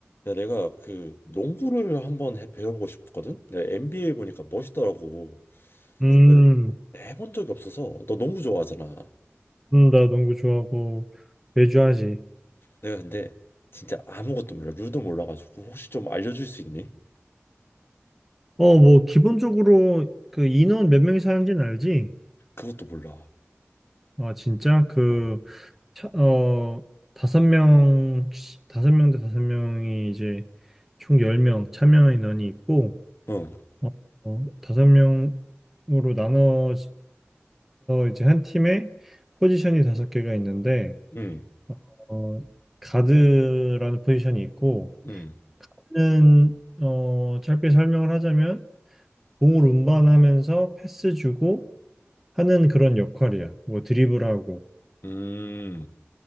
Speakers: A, on the left; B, in the centre.
A: 야, 내가 그 농구를 한번 해, 배워보고 싶거든? 내가 NBA 보니까 멋있더라고.
B: 음,
A: 그래서 근데 해본 적이 없어서 너 농구 좋아하잖아.
B: 음, 나 농구 좋아하고 매주 하지.
A: 내가 근데 진짜 아무것도 몰라. 룰도 몰라가지고 혹시 좀 알려줄 수 있니?
B: 어, 뭐 기본적으로 그 인원 몇 명이 사는지는 알지?
A: 그것도 몰라.
B: 아, 진짜 그
A: 어,
B: 차, 어, 다섯 명 다섯 명 대 다섯 명이 이제 총 10명 참여 인원이 있고
A: 어,
B: 어, 어, 다섯 명으로 나눠져서 이제 한 팀에 포지션이 다섯 개가 있는데
A: 음,
B: 어, 가드라는 포지션이 있고
A: 음,
B: 는 어, 짧게 설명을 하자면 공을 운반하면서 패스 주고 하는 그런 역할이야. 뭐 드리블하고.
A: 음,